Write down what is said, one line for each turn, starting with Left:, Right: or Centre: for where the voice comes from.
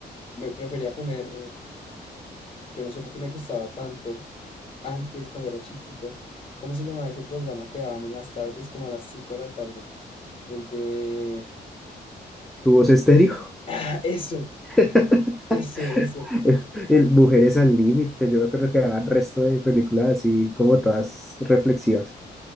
Left: Me prefería poner, yo no sé por qué me gustaba tanto antes cuando era chiquito. ¿Cómo se llamaba ese programa que daban en las tardes, como a las 5 de la tarde? El de...
Centre: ¿Tu voz estéreo?
Left: ¡Ah, eso,
Centre: <laughs>
Left: eso, eso.
Centre: <laughs> Es- el Mujeres al Límite, yo me acuerdo que daban resto de películas así como todas reflexivas.